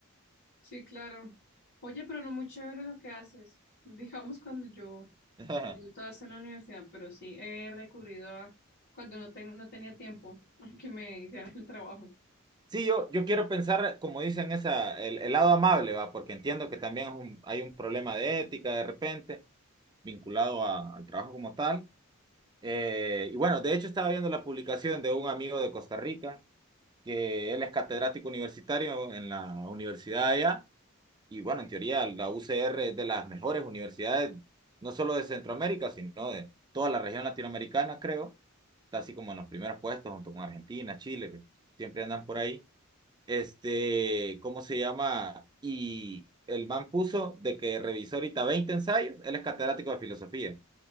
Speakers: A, on the left; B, on the right.
A: Sí, claro. Oye, pero no muy chévere lo que haces. Digamos cuando yo,
B: <laughs>
A: cuando yo estaba en la universidad, pero sí he recurrido a cuando no, ten- no tenía tiempo <laughs> que me hicieran el trabajo.
B: Sí, yo, yo quiero pensar, como dicen, esa, el, el lado amable, ¿va? Porque entiendo que también es un- hay un problema de ética de repente vinculado a- al trabajo como tal. Eh, y bueno, de hecho estaba viendo la publicación de un amigo de Costa Rica, que él es catedrático universitario en la universidad allá Y bueno, en teoría la UCR es de las mejores universidades, no solo de Centroamérica, sino de toda la región latinoamericana, creo. Está así como en los primeros puestos, junto con Argentina, Chile, que siempre andan por ahí. Este, ¿cómo se llama? Y el man puso de que revisó ahorita 20 ensayos, él es catedrático de filosofía.